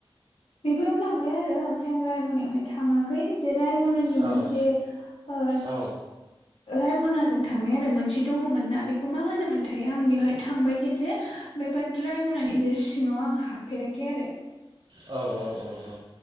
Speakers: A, on the left; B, on the right.
A: बेफोरावनो थांबाय आरो ओमफ्राय आं रायम'नायावहाय थाङाखै जेरै रायमनानि मोनसे
B: औ
A: ओ
B: औ
A: रायमनाजों थांनाय आरो मोनसे दङमोन ना बेखौ मा होनोमोनथाय आं बेवहाय थांबाय खेनसे ओमफाय ब्रा द्रायमनानि ज सिङाव आं हाबफेराखै आरो
B: औ औ औ औ औ